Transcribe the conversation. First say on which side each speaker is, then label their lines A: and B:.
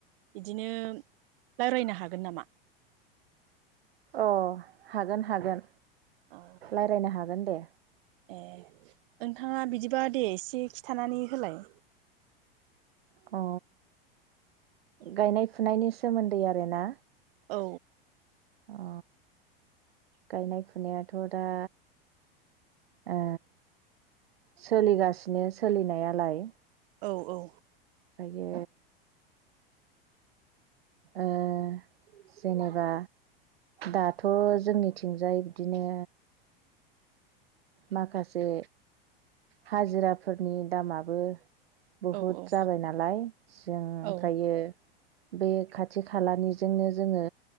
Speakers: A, on the right; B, on the right.
A: बिदिनो रायलायनो हागोन नामा?
B: अ हागोन-हागोन
A: अ
B: रायलायनो हागोन दे।
A: ए नोंथाङा बिदिबा दे एसे खिथानानै होलाय।
B: अ। गायनाय-फुनायनि सोमोन्दै आरो ना।
A: औ।
B: अ गायनाय फुनायाथ' दा ओ सोलिगासिनो सोलिनायालाय
A: औ-औ।
B: बे ओ जेनेबा दाथ' जोंनिथिंजाय बिदिनो माखासे हाजिराफोरनि दामाबो बहुद
A: औ औ
B: जाबाय नालाय जों ओमफ्रायो
A: औ
B: बे खाथि खालानिजोंनो जोङो